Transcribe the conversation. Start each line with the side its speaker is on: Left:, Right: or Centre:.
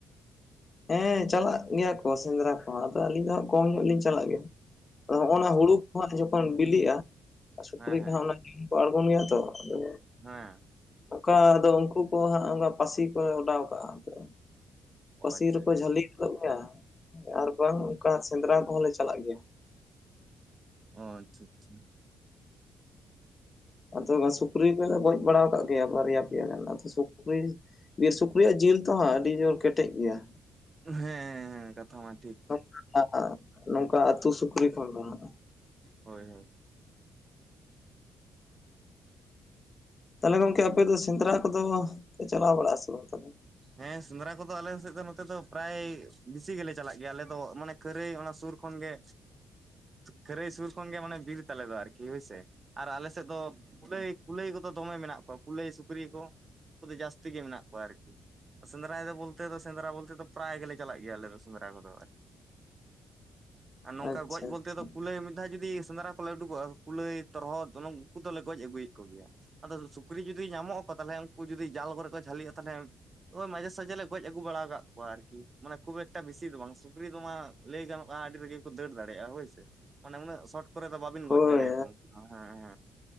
Left: ᱦᱮᱸ ᱪᱟᱞᱟᱜ ᱜᱮᱭᱟ ᱠᱚ ᱥᱮᱸᱫᱽᱨᱟ ᱠᱚᱦᱚᱸ ᱟᱫᱚ ᱟᱹᱞᱤᱧ ᱫᱚ ᱦᱟᱸᱜ ᱠᱚᱢ ᱧᱚᱜ ᱞᱤᱧ ᱪᱟᱞᱟᱜ ᱜᱮᱭᱟ ᱟᱫᱚ ᱱᱚᱜᱼᱚᱱᱟ
Right: ᱚ ᱟᱪᱪᱷᱟ
Left: ᱦᱩᱲᱩ
Right: ᱟᱪᱪᱷᱟ
Left: ᱠᱚ ᱦᱟᱸᱜ ᱡᱚᱠᱷᱚᱱ ᱵᱤᱞᱤᱜᱼᱟ ᱥᱩᱠᱨᱤ
Right: ᱦᱮᱸ
Left: ᱠᱚᱦᱚᱸ
Right: ᱦᱮᱸ
Left: ᱚᱱᱟ ᱠᱚ ᱟᱲᱜᱳᱱ ᱜᱮᱭᱟ ᱛᱚ ᱟᱫᱚ।
Right: ᱦᱮᱸ
Left: ᱚᱱᱠᱟ ᱟᱫᱚ ᱩᱱᱠᱩ ᱠᱚ ᱦᱟᱸᱜ ᱚᱱᱠᱟ ᱯᱟᱹᱥᱤ ᱠᱚ ᱚᱰᱟᱣ ᱠᱟᱜᱼᱟ ᱟᱫᱚ, ᱯᱟᱹᱥᱤ
Right: ᱚ ᱟᱪᱪᱷᱟ
Left: ᱨᱮᱠᱚ
Right: ᱟᱪᱪᱷᱟ
Left: ᱡᱷᱟᱹᱞᱤ ᱜᱚᱫᱚᱜ ᱜᱮᱭᱟ ᱟᱨ ᱵᱟᱝ ᱚᱱᱠᱟ ᱥᱮᱸᱫᱽᱨᱟ ᱠᱚᱦᱚᱸ ᱞᱮ ᱪᱟᱞᱟᱜ ᱜᱮᱭᱟ।
Right: ᱚ ᱟᱪᱪᱷᱟ ᱟᱪᱪᱷᱟ
Left: ᱟᱫᱚ ᱥᱩᱠᱨᱤ ᱠᱚᱞᱮ ᱜᱚᱡ ᱵᱟᱲᱟ ᱠᱟᱜ ᱜᱮᱭᱟ ᱵᱟᱨᱭᱟ ᱯᱮᱭᱟ ᱜᱟᱱ ᱟᱫᱚ ᱥᱩᱠᱨᱤ, ᱵᱤᱨ ᱥᱩᱠᱨᱤᱭᱟᱜ ᱡᱤᱞ ᱛᱚ ᱦᱟᱸᱜ ᱟᱹᱰᱤ ᱡᱳᱨ ᱠᱮᱴᱮᱡ ᱜᱮᱭᱟ।
Right: ᱦᱮᱸ ᱦᱮᱸ ᱦᱮᱸ ᱠᱟᱛᱷᱟ ᱢᱟ ᱴᱷᱤᱠ
Left: <unintelligible> ᱱᱚᱝᱠᱟ ᱟᱹᱛᱩ ᱥᱩᱠᱨᱤ ᱚᱸᱰᱳᱠᱚᱜᱼᱟ।
Right: ᱦᱳᱭ ᱦᱳᱭ
Left: ᱛᱟᱦᱚᱞᱮ ᱜᱚᱢᱠᱮ ᱟᱯᱮ ᱫᱚ ᱥᱮᱸᱫᱽᱨᱟ ᱠᱚᱫᱚ ᱯᱮ ᱪᱟᱞᱟᱣ ᱵᱟᱲᱟᱜ-ᱟ ᱥᱮ ᱵᱟᱝ ᱛᱟᱦᱚᱞᱮ
Right: ᱦᱮᱸ ᱥᱮᱸᱫᱽᱨᱟ ᱠᱚᱫᱚ ᱟᱞᱮ ᱥᱮᱫ ᱫᱚ ᱱᱚᱛᱮ ᱫᱚ ᱯᱨᱟᱭ ᱵᱮᱥᱤ ᱜᱮᱞᱮ ᱪᱟᱞᱟᱜ ᱜᱮᱭᱟ ᱟᱞᱮ ᱫᱚ ᱢᱟᱱᱮ ᱠᱷᱟᱹᱨᱟᱹᱭ ᱚᱱᱟ ᱥᱩᱨ ᱠᱷᱚᱱ ᱜᱮ ᱠᱷᱟᱹᱨᱟᱹᱭ ᱥᱩᱨ ᱠᱷᱚᱱᱜᱮ ᱢᱟᱱᱮ ᱵᱤᱨ ᱛᱟᱞᱮ ᱫᱚ ᱟᱨᱠᱤ ᱦᱳᱭᱥᱮ ᱟᱨ ᱟᱞᱮ ᱥᱮᱫ ᱫᱚ ᱠᱩᱞᱟᱹᱭ ᱠᱩᱞᱟᱹᱭ ᱠᱚᱫᱚ ᱫᱚᱢᱮ ᱢᱮᱱᱟᱜ ᱠᱚᱣᱟ ᱠᱩᱞᱟᱹᱭ ᱥᱩᱠᱨᱤ ᱠᱚ ᱩᱱᱠᱩᱫᱚ ᱡᱟᱹᱥᱛᱤ ᱜᱮ ᱢᱮᱱᱟᱜ ᱠᱚᱣᱟ ᱟᱨᱠᱤ ᱥᱮᱸᱫᱽᱨᱟᱭ ᱫᱚ ᱵᱚᱞᱛᱮ ᱫᱚ ᱥᱮᱸᱫᱽᱨᱟ ᱵᱚᱞᱛᱮ ᱫᱚ ᱯᱨᱟᱭ ᱜᱮᱞᱮ ᱪᱟᱞᱟᱜ ᱜᱮᱭᱟ ᱟᱞᱮ ᱫᱚ ᱥᱮᱸᱫᱽᱨᱟ ᱠᱚᱫᱚ ᱟᱨᱠᱤ ᱟᱨ ᱱᱚᱝᱠᱟ
Left: ᱟᱪᱪᱷᱟ
Right: ᱜᱚᱡ ᱵᱚᱞᱛᱮ
Left: ᱟᱪᱪᱷᱟ
Right: ᱫᱚ ᱠᱩᱞᱟᱹᱭ ᱢᱤᱫ ᱫᱷᱟᱣ ᱡᱩᱫᱤ ᱥᱮᱸᱫᱽᱨᱟ ᱠᱚᱞᱮ ᱩᱰᱩᱠᱚᱜᱼᱟ ᱠᱩᱞᱟᱹᱭ ᱛᱚᱨᱦᱚᱫ ᱚᱱᱮ ᱩᱱ ᱠᱚᱫᱚᱞᱮ ᱜᱚᱡ ᱟᱹᱜᱩᱭᱮᱫ ᱠᱚ ᱜᱮᱭᱟ ᱟᱫᱚ ᱥᱩᱠ ᱥᱩᱠᱨᱤ ᱡᱩᱫᱤ ᱧᱟᱢᱚᱜ ᱟᱠᱚ ᱛᱟᱦᱚᱞᱮ ᱩᱱᱠᱩ ᱡᱩᱫᱤ ᱡᱟᱞ ᱠᱚᱨᱮ ᱠᱚ ᱡᱷᱟᱹᱞᱤᱜᱼᱟ ᱛᱟᱦᱚᱞᱮ ᱳᱭ ᱢᱟᱡᱷᱮ ᱥᱟᱡᱷᱮ ᱞᱮ ᱜᱚᱡ ᱟᱹᱜᱩ ᱵᱟᱲᱟ ᱟᱠᱟᱫ ᱠᱚᱣᱟ ᱟᱨᱠᱤ ᱢᱟᱱᱮ ᱠᱷᱩᱵ ᱮᱠᱴᱟ ᱵᱤᱥᱤ ᱫᱚ ᱵᱟᱝ ᱥᱩᱠᱨᱤ ᱫᱚ ᱢᱟ ᱞᱟᱹᱭ ᱜᱟᱱᱚᱜᱼᱟ ᱟᱹᱰᱤ ᱨᱟ. ᱜᱤ ᱠᱚ ᱫᱟᱹᱲ ᱫᱟᱲᱮᱭᱟᱜᱼᱟ ᱦᱳᱭᱥᱮ ᱢᱟᱱᱮ ᱩᱱᱟᱹᱜ ᱥᱚᱴ ᱠᱚᱨᱮ ᱫᱚ ᱵᱟ. ᱵᱤᱱ
Left: ᱦᱳᱭ
Right: ᱜᱚᱡ ᱫᱟᱲᱮᱭᱟᱠᱚ ᱩᱱᱠᱩ ᱫᱚ ᱦᱮᱸ ᱦᱮᱸ